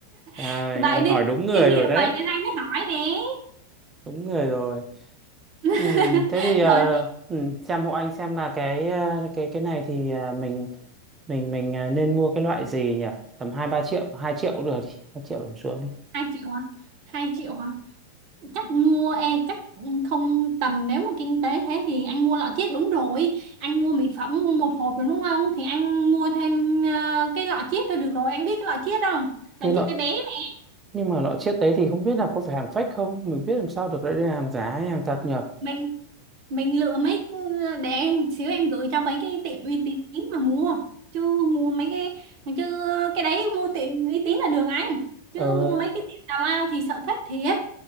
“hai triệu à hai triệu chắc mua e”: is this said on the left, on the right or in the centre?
Right